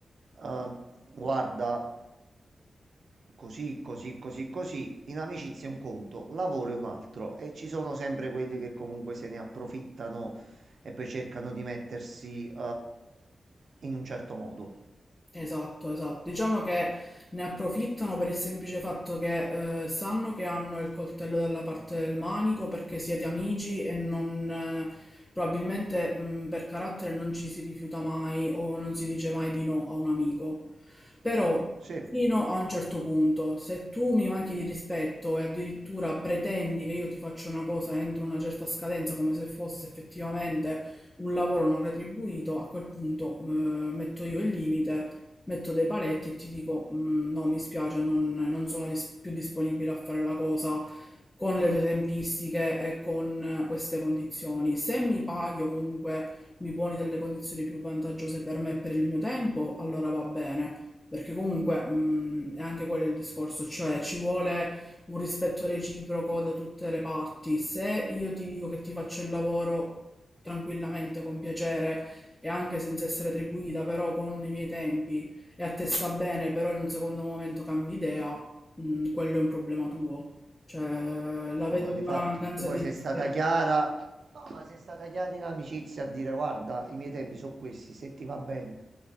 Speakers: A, on the right; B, on the left.
A: Eh, guarda, così, così, così, così. In amicizia è un conto, lavoro è un altro. E ci sono sempre quelli che comunque se ne approfittano e poi cercano di mettersi, eh, in un certo modo.
B: Esatto, esatto. Diciamo che ne approfittano per il semplice fatto che eh, sanno che hanno il coltello dalla parte del manico perché siete amici e non, eh, probabilmente mh, per carattere non ci si rifiuta mai o non si dice mai di no a un amico. Però
A: Sì.
B: fino a un certo punto, se tu mi manchi di rispetto e addirittura pretendi che io ti faccia una cosa entro una certa scadenza, come se fosse effettivamente un lavoro non retribuito, a quel punto eh, metto io il limite, metto dei paletti e ti dico "Mm, no, mi spiace, non, non sono dis- più disponibile a fare la cosa con le tue tempistiche e con eh, queste condizioni. Se mi paghi o comunque mi poni delle condizioni più vantaggiose per me e per il mio tempo, allora va bene. Perché comunque, mh, è anche quello il discorso, cioè ci vuole un rispetto reciproco da tutte le parti. Se io ti dico che ti faccio il lavoro tranquillamente, con piacere e anche senza essere attribuita, però con i miei tempi e a te sta bene, però in un secondo momento cambi idea, mh, quello è un problema tuo. Cioè, la vedo
A: No, ma difatti,
B: come una mancanza
A: tu poi
B: di
A: sei
B: rispetto.
A: stata chiara. No, ma sei stata chiara in amicizia a dire, guarda, i miei tempi sono questi, se ti va bene.